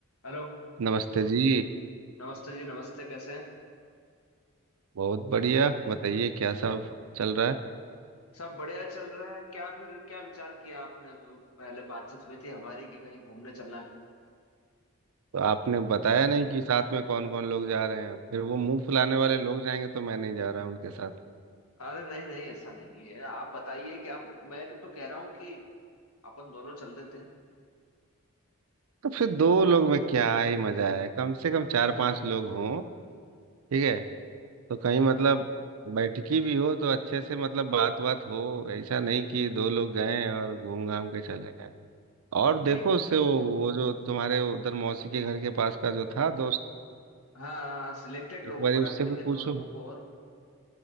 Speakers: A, on the left; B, on the right.
A: Hello
B: नमस्ते जी
A: नमस्ते जी नमस्ते कैसे हैं
B: बहुत बढ़िया बताइए क्या सब चल रहा है
A: सब बढ़िया चल रहा है क्या फिर क्या विचार किया आपने वो पहले बातचीत हुई थी हमारी कि कहीं घूमने चलना है
B: तो आपने बताया नहीं कि साथ में कौन कौन लोग जा रहे हैं फिर वो मुंह फुलाने वाले लोग जाएंगे तो मैं नहीं जा रहा उनके साथ
A: अरे नहीं नहीं ऐसा नहीं है आप बताइए क्या मैं तो कह रहा हूँ कि अपन दोनों चल देते हैं
B: तो फिर दो लोग में क्या ही मजा है कम से कम चार पांच लोग हों ठीक है तो कहीं मतलब बैठकी भी हो तो अच्छे से मतलब बात बात हो ऐसा नहीं कि दो लोग गए और घूम घाम के चले गए और
A: तो
B: देखो
A: ठीक
B: उससे वो वो जो तुम्हारे उधर मौसी के घर के पास का जो था दोस्त
A: हाँ हाँ, सिलेक्टेड लोगों
B: एक बार
A: को
B: उससे
A: रख लेंगे
B: भी
A: दो
B: पूछो
A: लोगों को और